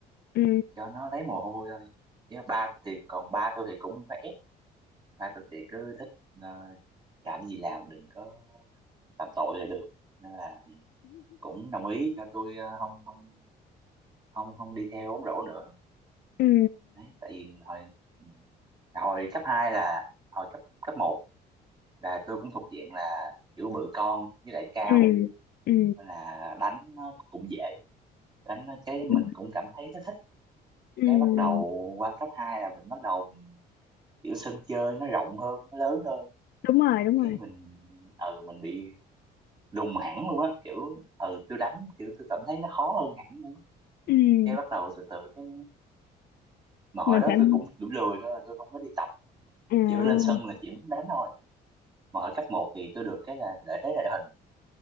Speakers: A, on the left; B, on the right.
A: ừ.
B: cho nó lấy mồ hôi thôi với ba thì còn ba tôi thì cũng vẽ Hai tôi thì cứ thích ờ, làm gì làm đừng có phạm tội là được nên là cũng đồng ý cho tôi ờ, không không không không đi theo bóng rổ nữa
A: <laughs> ừ.
B: đấy tại vì hồi ừ, hồi cấp 2 là hồi cấp cấp một là tôi cũng thuộc diện là kiểu bự con với lại cao
A: ừ ừ
B: nên là đánh nó cũng dễ đánh nó cái mình
A: ừ
B: cũng cảm thấy nó thích
A: ừ.
B: cái bắt đầu qua cấp 2 là mình bắt đầu mình kiểu sân chơi nó rộng hơn nó lớn hơn
A: đúng rồi đúng rồi
B: cái mình ừ mình bị lùng hẳn luôn á kiểu ừ tôi đánh kiểu tôi cảm thấy nó khó hơn hẳn luôn á
A: ừ
B: cái bắt đầu từ từ cái mà hồi
A: mà
B: đó
A: thành
B: tôi cũng kiểu lười đó tôi không có đi tập
A: à
B: kiểu lên sân là chỉ muốn đánh thôi mà ở cấp một thì tôi được cái là lợi thế địa hình